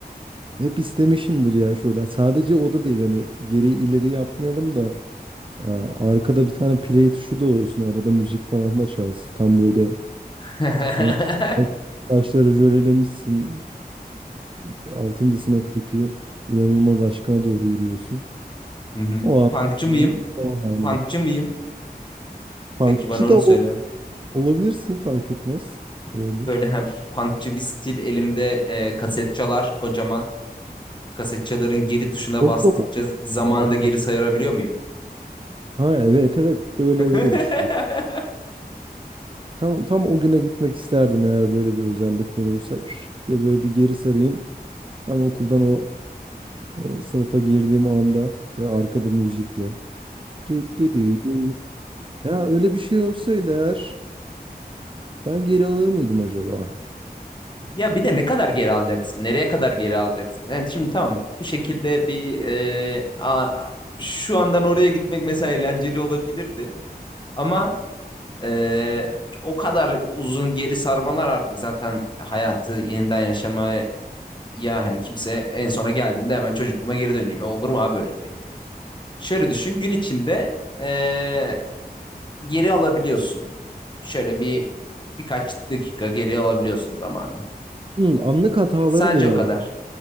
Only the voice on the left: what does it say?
<laughs>
Hı hı.
Punkçı mıyım?
Punkçı mıyım?
Peki bana onu
söyle.
Böyle hem punkçı bir stil elimde e, kaset çalar kocaman. Kaset çaların geri tuşuna
bastıkça
zamanı
da geri sayabiliyor muyum?
<laughs>
Ya bir de ne kadar geri alacaksın? Nereye kadar geri alacaksın? Yani şimdi tamam bu şekilde bir e, a- a- şu andan oraya gitmek mesela eğlenceli olabilirdi. Ama Ee, o kadar uzun geri sarmalar artık zaten hayatı yeniden yaşamaya hani kimse en sona geldiğinde hemen çocukluğuma geri döneyim. E, Olur mu abi böyle şey? Şöyle düşün gün içinde ee, geri alabiliyorsun. Şöyle bir birkaç dakika geri alabiliyorsun zamanı.
Sadece
o
kadar.